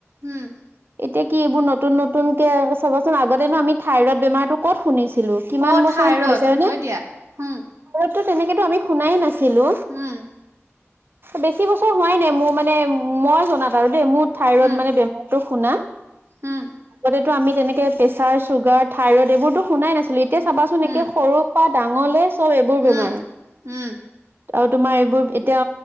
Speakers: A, on the right (about 75°); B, on the right (about 50°).
A: উম <inaudible>
B: এতিয়া কি এইবোৰ নতুন নতুন কে চবাচোন আগতেনো আমি থাইৰইড বেমাৰতো। ক'ত শুনিছিলো কিমান
A: অ
B: বছৰনো
A: থাইৰড
B: হৈছোনে।
A: হয় দিয়া উম
B: টো তেনেকেটো আমি শুনাই নাছিলো।
A: উম,
B: বেছি বছৰ হোৱাই নাই মোৰ মানে মই জনাত আৰু দেই মোৰ। থাইৰইড
A: উম,
B: মানে বেমাৰটো শুনা।
A: উম।
B: টো আমি তেনেকে প্ৰেছাৰ চুগাৰ থাইৰইড এইবোৰতো শুনাই নাছিলো এতিয়া চাবাচোন
A: উম,
B: একে সৰু পাত <inaudible> ডাঙলে চব এইবোৰ
A: উম,
B: বেমাৰে।
A: উম,
B: আৰু তোমাৰ এইবোৰ এতিয়া